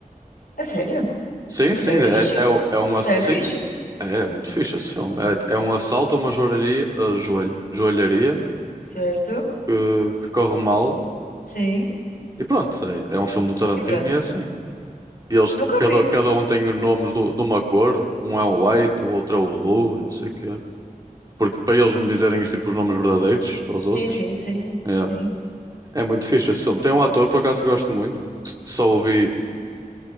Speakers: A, on the left; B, on the right.
A: A sério?
B: Sim, sim,
A: Então é
B: é,
A: fixe.
B: é, é um.
A: Então
B: ass-
A: é
B: Sim,
A: fixe.
B: é, é muito fixe esse filme. É, é um assalto a uma joalharia, a joal- joalharia
A: Certo?
B: que, que corre mal
A: Sim.
B: E pronto, é, é um filme do Tarantino
A: E pronto.
B: e é assim. E eles,
A: Nunca
B: cada,
A: vi.
B: cada um tem os nomes do- de uma cor, um é o white, o outro é o blue, e não sei o quê. Porque para eles não dizerem tipo, os nomes verdadeiros aos
A: Sim,
B: outros,
A: sim, sim,
B: é,
A: sim.
B: é muito fixe esse filme. Tem um ator, por acaso, que eu gosto muito, que s- só o vi